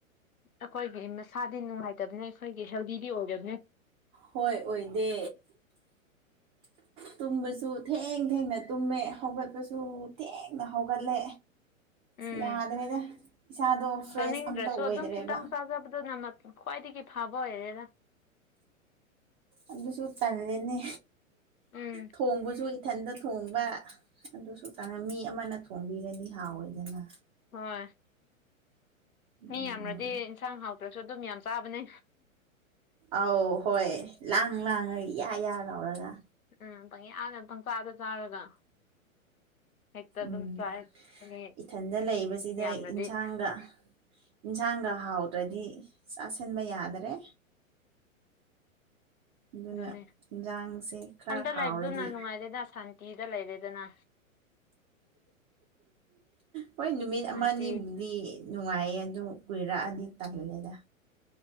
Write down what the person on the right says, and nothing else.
ꯍꯣꯏ ꯑꯣꯏꯗꯦ
ꯇꯨꯝꯕꯁꯨ ꯊꯦꯡ ꯊꯦꯡꯅ ꯇꯨꯝꯃꯦ ꯍꯧꯒꯠꯄꯁꯨ ꯊꯦꯡꯅ ꯍꯧꯒꯠꯂꯦ
ꯌꯥꯗ꯭ꯔꯦꯗ ꯏꯁꯥꯗꯣ ꯐ꯭ꯔꯦꯁ
ꯑꯝꯇ ꯑꯣꯏꯗ꯭ꯔꯦꯕ
ꯑꯗꯨꯁꯨ ꯇꯜꯂꯦꯅꯦ
ꯊꯣꯡꯕꯁꯨ ꯏꯊꯟꯇ ꯊꯣꯡꯕ ꯑꯗꯨꯁꯨ ꯇ ꯃꯤ ꯑꯃꯅ ꯊꯣꯡꯕꯤꯔꯗꯤ ꯍꯥꯎꯋꯦꯗꯅ
ꯎꯝ
ꯑꯧ ꯍꯣꯏ ꯂꯥꯡ ꯂꯥꯡꯉ ꯏ ꯌꯥ ꯂꯧꯔꯒ
ꯎꯝ
ꯏꯊꯟꯗ ꯂꯩꯕꯁꯤꯗ
ꯏꯟꯁꯥꯡꯒ ꯏꯟꯁꯥꯡꯒ ꯍꯥꯎꯗ꯭ꯔꯗꯤ ꯆꯥꯁꯤꯟꯕ ꯌꯥꯗꯔꯦ ꯑꯗꯨꯅ
ꯏꯟꯖꯥꯡꯁꯦ ꯈꯔ
ꯍꯥꯎꯔꯗꯤ
ꯍꯣꯏ ꯅꯨꯃꯤꯠ ꯑꯃꯅꯤꯕꯨꯗꯤ
ꯅꯨꯡꯉꯥꯏꯌꯦ ꯑꯗꯨ ꯀꯨꯏꯔꯛꯑꯗꯤ ꯇꯜꯂꯦꯗ